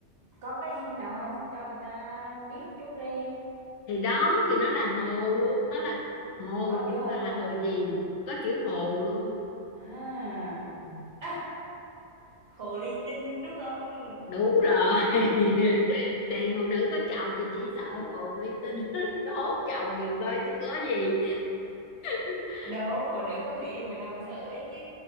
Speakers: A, on the right; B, on the left.
A: có cái hình nào không cho người ta biết chút đi
B: thì đó thì nó là hồ luôn đó là hồ
A: có
B: nhưng
A: chữ hồ
B: mà
A: luôn
B: là hồ
A: à
B: gì có chữ hồ luôn
A: à
B: Ừ.
A: à hồ ly tinh đúng không
B: đúng rồi <laughs> thì phụ nữ có chồng thì chỉ sợ hồn linh tinh <laughs> nó hốt chồng mình thôi chứ có gì <laughs>
A: đâu phụ nữ có người yêu người ta cũng sợ ấy chứ